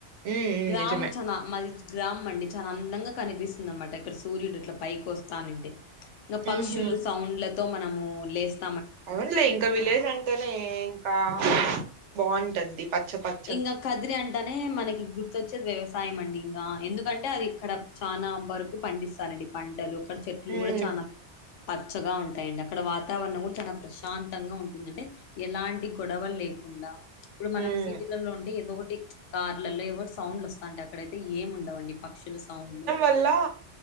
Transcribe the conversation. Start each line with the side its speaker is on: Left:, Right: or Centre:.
Right: ఉమ్ ఉమ్
Left: గ్రామ్
Right: నిజమే
Left: చనా మరి గ్రామ్ అండి చాలా అందంగా కనిపిస్తుందంది అన్నమాట ఇక్కడ సూర్యుడు ఇట్లా పైకి వస్తనింటే ఇంగా పక్షులు
Right: ఉహు
Left: సౌండ్లతో మనము లేస్త
Right: అవునులే ఇంకా విలేజ్ అంటేనే ఇంకా బాగుంటది పచ్చ పచ్చ
Left: ఇంకా కదిరి అంటనే మనకి గుర్తొచ్చేది వ్యవసాయం అండి ఇంగా ఎందుకంటే అది ఇక్కడ చానా బరకు పండిస్తారండి పంటలు అక్కడ చెట్లు
Right: ఉమ్
Left: కూడా చాలా పచ్చగా ఉంటాయిడి అక్కడ వాతావరణం కూడా చాల ప్ర ప్రశాంతంగా ఉంటుంది అంటే ఎలాంటి గొడవలు లేకుండా ఇప్పుడు మనం
Right: ఉమ్
Left: సిటీలలో ఉంటే ఇదో ఒకటి కార్లలో ఏదోటి ఏవో సౌండ్లు వస్తాంటే అక్కడయితే ఏమి ఉండవండి పక్షుల సౌండ్లు
Right: పిల్ల